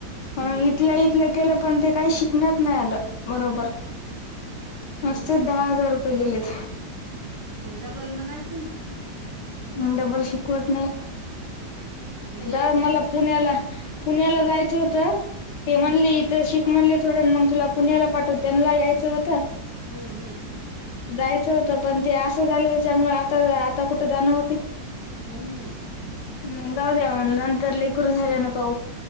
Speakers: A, on the right; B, on the left.
A: हम्म
B: म्हणून इथल्या
A: हम्म
B: इथल्या केलं पण ते काही शिकण्यात नाही आलं बरोबर.
A: हम्म
B: मस्तेच दहा हजार रुपये गेलेत.
A: मग डबल म्हणायचं ना.
B: म डबल शिकवत नाही.
A: जे
B: दा
A: येत
B: मला
A: नाही ते
B: पुण्याला पुण्याला जायचं होतं ते
A: हम्म
B: म्हणले इ ते शिक म्हणले थोडं मग तुला पुण्याला पाठवत त्यांनाही यायचं होत.
A: हम्म हम्म.
B: जायचं होत पण ते असं झालं याच्यामुळे आ चल आ आता कुठे जाणं होते
A: हम्म
B: म जाऊ द्या नंतर लेकरू झाल्या ना पाहू.